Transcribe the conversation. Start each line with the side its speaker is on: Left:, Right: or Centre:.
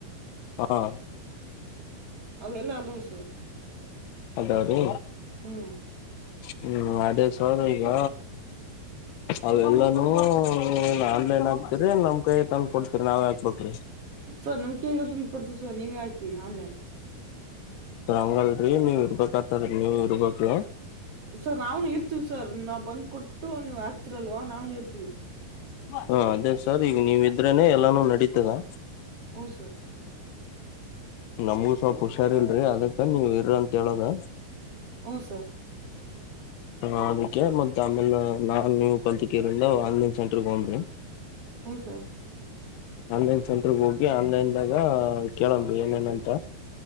Left: ಹಾ
Right: ಅವ ಎಲ್ಲ ಅದಾವ್ ಸರ್
Left: ಅದ ಅದು
Right: ಹ್ಮ್
Left: ಹ್ಮ್ ಅದೇದ ಸರ್ ಈಗ ಅವಲ್ಲಾನೂ ನ ಇದೇನಮ್ ಕೈ ತಂದ್ ಕೊಡ್ತೀರಿ ನಾವ್ ಹಾಕ್ಬಟ್ರಿ
Right: ಸರ್ ನಮ್ ಕೇಗ ಕೊಡ್ತೀ ಸರ್ ನೀವ ಆಕಿ ಆನ್ಲೈನ್
Left: ಹಂಗಲ್ರರಿ ನೀವ್ ಇರ್ಬೇಕ ಆತದ್ರ ನೀವ ಇರ್ಬೇಕು
Right: ಸರ್ ನಾವು ಇರ್ತೀವ್ ಸರ್ ನಾವು ಬಂದ್ ಕೊಟ್ಟು ನೀವ್ ಹಾಕ್ತಿರಲ್ವಾ ನಾವು ಇರ್ತಿವಿ
Left: ಹ ಅದೇ ಸರ್ ಈಗ ನೀವಿದ್ರನೆ ಎಲ್ಲಾನು ನಡೀತಿದೆ
Right: ಹ್ಮ ಸರ್
Left: ನಮ್ಗೂ ಸ್ವಲ್ಪ ಹುಷಾರ್ಲ್ರಿ ಅದಕ್ಕ ನೀವ ಇರ್ರಿ ಅಂತ ಹೇಳದ
Right: ಹು ಸರ್
Left: ಹ ಅದಕ್ಕೆ ಮತ್ತ ಆಮೇಲೆ ನಾನ್ ನೀವ್ ಕಲ್ತಿಕರ್ ಆನ್ಲೈನ್ ಸೆಂಟರ್ಗ್ ಬಂದ್ರಿ
Right: ಹ್ಮ ಸರ್
Left: ಆನ್ಲೈನ್ ಸೆಂಟರ್ಗ್ ಹೋಗಿ ಆನ್ಲೈನ್ದಾಗ ಕೇಳಂಬಿ ಏನೇನಂತ